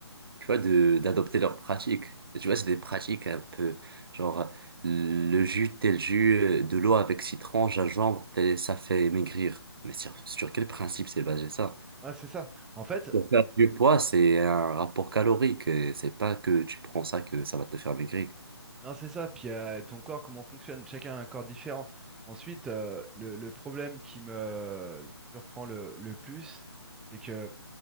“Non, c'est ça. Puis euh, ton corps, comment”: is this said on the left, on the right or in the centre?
Centre